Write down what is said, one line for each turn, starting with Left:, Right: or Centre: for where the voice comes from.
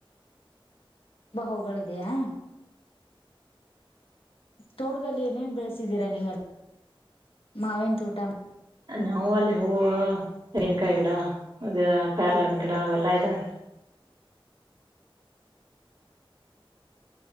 Left: ತ ಬಾ ಹುಗಳ ಇದೆಯಾ ತೋಟದಲ್ಲಿ ಏನೇನ್ ಬೆಳೆಸಿದ್ದೀರಾ ನೀವೆಲ್ಲ ಮಾವೇನ್ ತೋಟ
Right: ನಾವವು ಅಲ್ಲಿ ಹೂವು ತೆಂಗಿನಕಾಯಿ ಗಿಡ ಅದ ಪ್ಯಾರ್ಲೆನ್ ಗಿಡ ಅವೆಲ್ಲಾ ಇದಾವ